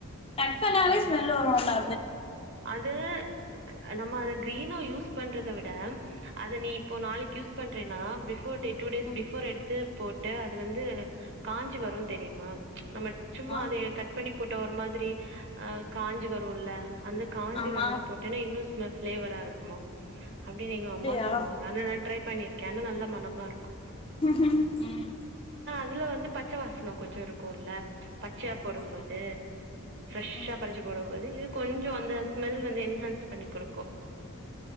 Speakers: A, on the left; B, on the right.
A: கட் பண்ணாலே
B: ஆமா
A: ஸ்மெல்லு வரு நல்லா
B: அது நம்ம அத கிரீனா யூஸ் பண்றத விட அத நீ இப்போ நாளைக்கு யூஸ் பண்றேன்னா before day two days
A: ம்
B: பிஃபோர் எடுத்து போட்டு அது வந்து காஞ்சி வருனு தெரியுமா நம்ம
A: ஆமா
B: சும்மா அதே கட் பண்ணி போட்ட ஒரு மாதிரி ஆ காஞ்சு வருல்ல அந்த காஞ்சி
A: ஆமா
B: வரத போட்டேன்னா இன்னும் ஸ்மெல் ஃபிளேவரா இருக்குமா அப்டின்னு எங்க அம்மா
A: அப்டியா
B: சொல்வாங்க ஆனா நா ட்ரை பண்ணியிருக்கே ஆனா நல்ல மனமா ருக்கு
A: ம்
B: அதுல வந்து பச்ச வாசன கொஞ்சொ இருக்குல்ல பச்சையா போடும்போது
A: ஆமா
B: ஃப்ரெஷ்ஷா
A: ம் ம்
B: பறிச்சு போடும் போது இது கொஞ்சோ அந்த ஸ்மெல் வந்து என் ன்ஹான்ஸ் பண்ணி குடுக்கு.